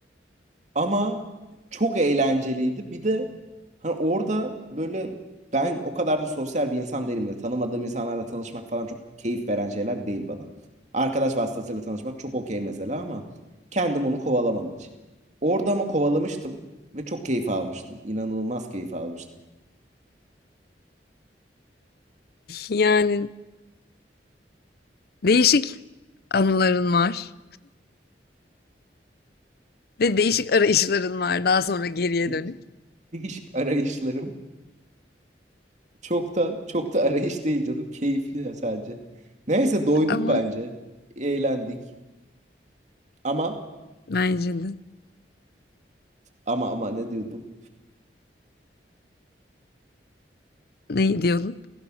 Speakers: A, on the right; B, on the left.
A: Ama çok eğlenceliydi. Bir de hani orada böyle ben o kadar da sosyal bir insan değilim de tanımadığım insanlarla tanışmak falan çok keyif veren şeyler değil bana. Arkadaş vasıtasıyla tanışmak çok okey mesela ama kendim onu kovalamam hiç. Orada ama kovalamıştım ve çok keyif almıştım. İnanılmaz keyif almıştım.
B: Yani değişik anıların var ve değişik arayışların var daha sonra geriye
A: <laughs> Değişik
B: dönük.
A: değişik arayışlarım. Çok da çok da arayış değil canım. Keyifli ya sadece. Neyse doyduk
B: Ama
A: bence. Eğlendik. Ama
B: bence de
A: ama ama ne diyordum?
B: ne diyordun?